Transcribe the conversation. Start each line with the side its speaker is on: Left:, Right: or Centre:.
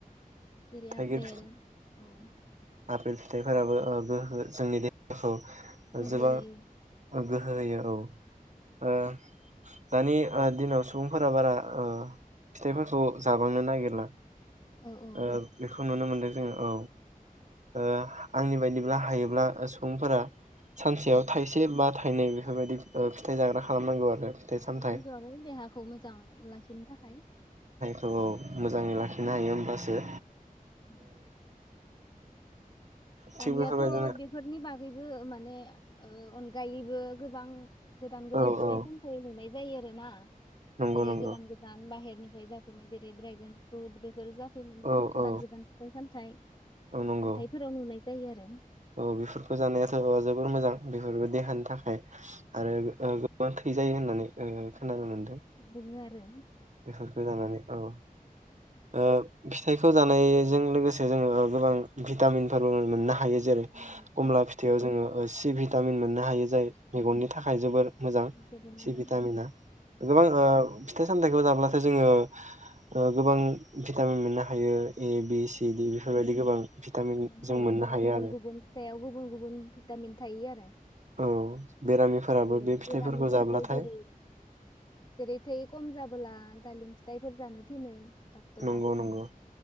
Left: जेरै
Right: थाइगिर
Left: आपेल
Right: फि
Left: औ
Right: आपेल फिथाइफोराबो ओ गोहो जोंनि देहाखौ
Left: गोहो
Right: जोबोर
Left: होयो
Right: गोहो होयो औ ओ दानि ओ दिनाव सुबुंफोरा बारा ओ फिथाइफोरखौ जाबांनो नागिरला
Left: औ औ
Right: ओ बे खौ नुनो मोनदों जोङो औ ओ आंनि बायदिब्ला हायोब्ला सुबुंफोरा सानसेयाव
Left: औ
Right: थाइसे बा थाइनै बेफोरबायदि फिथाइ जाग्रा खालामनांगौ आरो फिथाइ
Left: जाथारनांगौ
Right: सामथाइ
Left: आरो देहाखौ मोजां लाखिनो थाखाय।
Right: औ औ मोजाङै लाखिनो हायो होमब्लासो।
Left: उम
Right: थिग
Left: दानियाथ
Right: बेफोरबायदिनो
Left: बेफोरनि बागैबो माने ओ अन गायैबो गोबां गोदान गोदान
Right: औ
Left: फिथाइ
Right: औ
Left: सामथाइ नुनाय बिदि जायो आरोना
Right: नंगौ
Left: जेरै
Right: नंगौ
Left: गोदान गोदान बाहेर निफ्राय जाफैनाय जेरै ड्रेगन फ्रुट बेफोर जाफ फैनो मोनदों
Right: औ
Left: गोदान
Right: औ
Left: गोदान फिथाइ साम थाइ
Right: औ नंगौ
Left: हाथायफोराव नुनाय जायो आरो।
Right: औ बेफोरखौ जानायाथ जोबोर मोजां बेफोरबो देहानि थाखाय आरो गोबबां थै जायो होननानै खोनानो मोन्दों।
Left: बुङो आरो
Right: बेफोरखौ जानानै औ ओ फिथाइखौ जानायजों लोगोसे जोङो गोबां भिटामिनफोरबो मोनो ना । हायो जेरै
Left: औ
Right: खमला फिथाइयाव जोङो ओ सिबिं भिटामिन मोननो हायो जाय मेगननि थाखाय जोबोर मोजां
Left: जोबोर मोजां
Right: सि भिटामिना गोबां ओ फिथाइ सामथाइखौ जाब अब्लाथाय जोङो ओ गोबां भिटामिन मोननो हायो ए बि सि डि
Left: औ
Right: बेफोरबायदि गोबां भिटामिन
Left: गोबां
Right: जों
Left: थायो
Right: मोननो हायो
Left: गुबुन
Right: आरो।
Left: गुबुन फिथाइयाव गुबुन गुबुन भिटामिन थायो आरो ।
Right: औ बेरामिफोराबो
Left: जेरै
Right: बे फिथाइफोरखौ
Left: बेरामिफोरखौ
Right: जाब्लाथाय
Left: जेरै जेरै थै खम जाबोला दालिम फिथ फिथाइफोर जानो थिनो डाक्टरा
Right: नंगौ नंगौ